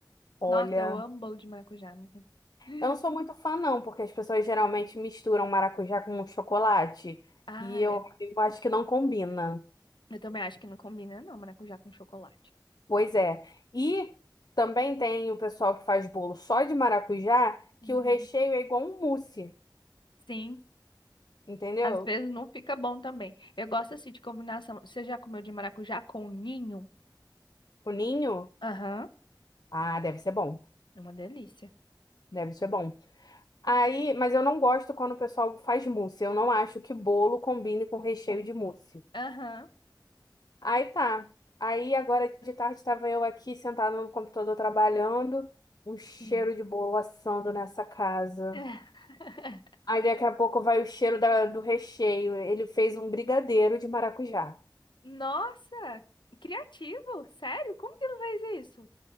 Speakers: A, on the left; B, on the left.
A: Olha,
B: Nossa, eu amo bolo de maracujá, amiga. <laughs>
A: eu não sou muito fã, não, porque as pessoas geralmente misturam maracujá com chocolate.
B: Ai,
A: E eu, eu acho que não combina.
B: eu também acho que não combina, não, maracujá com chocolate.
A: Pois é. E também tem o pessoal que faz bolo só de maracujá,
B: Uhum.
A: que o recheio é igual um mousse,
B: Sim,
A: entendeu?
B: às vezes não fica bom também. Eu gosto assim de combinação. Você já comeu de maracujá com ninho?
A: O ninho,
B: Aham,
A: ah, deve ser bom.
B: é uma delícia.
A: Deve ser bom. Aí, mas eu não gosto quando o pessoal faz mousse. Eu não acho que bolo combine com recheio
B: Com-
A: de mousse.
B: Aham,
A: Aí tá. Aí agora de tarde estava eu aqui sentada no computador trabalhando, um cheiro
B: sim.
A: de bolo assando nessa casa.
B: <laughs>
A: Aí daqui a pouco vai o cheiro da- do recheio. Ele fez um brigadeiro de maracujá.
B: Nossa, criativo, sério? Como que ele fez isso?